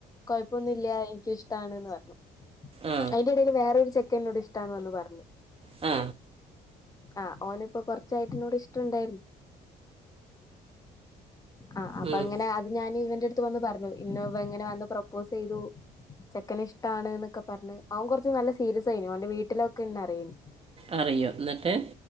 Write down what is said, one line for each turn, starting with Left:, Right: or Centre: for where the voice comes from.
Left: കോയ്പ്പൊന്നുല്ല എനിക്കുഷ്ടാണ്ന്ന് പറഞ്ഞു
Right: ആ
Left: അയിന്റെടെൽ വേറൊരു ചെക്ക എന്നോട് ഇഷ്ടാന്ന് വന്ന് പറഞ്
Right: മ്മ്
Left: ആഹ് ഓനിപ്പോ കൊറച്ചായിട്ടിന്നോടിഷ്ടണ്ടായിരുന്നു ആഹ് അപ്പൊ
Right: ഉം.
Left: അങ്ങനെ അത് ഞാന് ഇവന്റെടുത്ത് വന്ന് പറന്നു ഇന്ന ഇവ ങ്ങനെ വന്ന് പ്രപ്പോസെയ്തു ചെക്കനിഷ്ടാണ്ന്നക്കെ പറണ്‌ അവൻ കൊറച്ച് നല്ല സീരിയസയിനു അവൻന്റെ വീട്ടിലൊക്കെന്നെ അറിയിനി
Right: അറിയോ ന്നിട്ട്